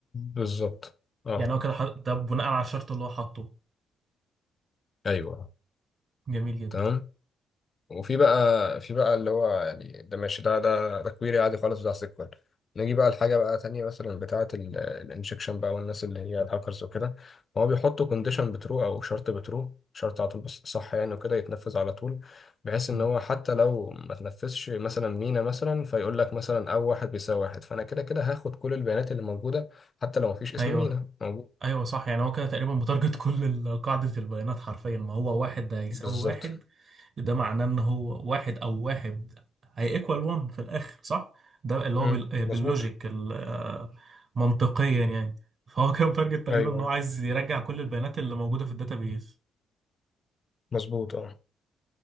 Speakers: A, on the left (about 35°); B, on the right (about 45°).
A: بالظبط اه
B: يعني هو كده حط- ده بناء على الشرط اللي هو حاطه
A: ايوه
B: جميل جدا
A: تمام وفي بقى في بقى اللي هو يعني ده ماشي ده ده ده كويري عادي خالص بتاع سيكوال نيجي بقى لحاجه بقى تانية مثلا بتاعه الانجكشن بقى والناس اللي هي الهاكرز وكده هو بيحطوا كونديشن بترو او شرط بترو شرط على طول بس صح يعني وكده يتنفذ على طول بحيث ان
B: مم.
A: هو حتى لو ما تنفذش مثلا مينا مثلا فيقول لك مثلا او واحد بيساوي واحد فانا كده كده هاخد كل البيانات اللي موجوده حتى لو ما فيش اسم
B: ايوه
A: مينا موجود
B: ايوه صح يعني هو كده تقريبا متارجت كل ال- قاعده البيانات حرفيا ما هو واحد ده يساوي
A: بالظبط
B: واحد ده معناه ان هو واحد او واحد هي ايكوال 1 في الاخر صح ده اللي هو
A: امم
B: بال- باللوجيك
A: مظبوط
B: ال- آه، منطقيا يعني فهو كان تارجت تقريبا
A: ايوه
B: ان هو عايز يرجع كل البيانات اللي موجوده في الداتابيز
A: مظبوط اه